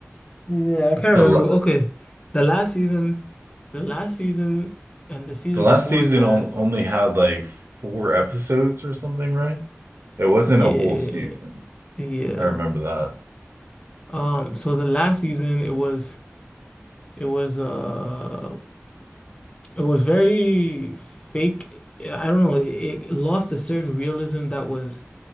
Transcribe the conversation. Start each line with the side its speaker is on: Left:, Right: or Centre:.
Left: Yeah, I can't
Right: the
Left: remember.
Right: la-
Left: Okay. The last season, the last season and the season
Right: the last
Left: before
Right: season
Left: that
Right: on- only had like four episodes or something, right? It wasn't
Left: Yeah,
Right: a whole season.
Left: yeah.
Right: I remember that.
Left: Um, so the last season it was it was uh it was very fake. I don't know, it, it lost a certain realism that was